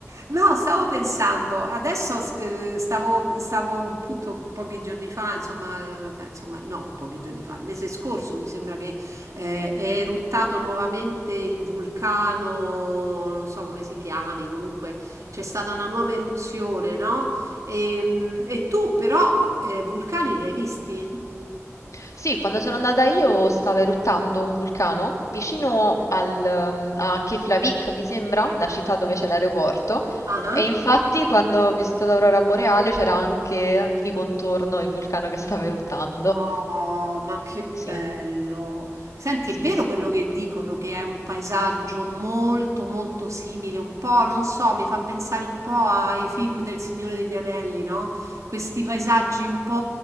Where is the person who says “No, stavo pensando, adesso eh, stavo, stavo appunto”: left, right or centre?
Right